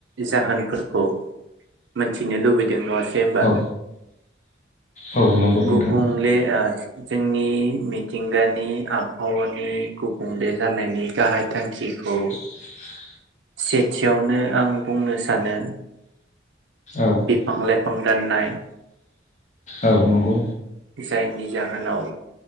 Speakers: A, on the right; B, on the left.
A: जाहोनफोरखौ मोनथिनो लुबैदों नङासै होमबा
B: सिगांग्रोआव औ औ नंगौ नोंथां
A: गुबुंले ओ जोंनि मिथिंगानि आबहावानि गुबुंले जानायनि गाहाय थांखिखौ
B: <inaudible>
A: सेथियावनो आं बुंनो सानो
B: औ
A: बिफां लाइफां दाननाय
B: औ नंगौ
A: जायनि जाहोनाव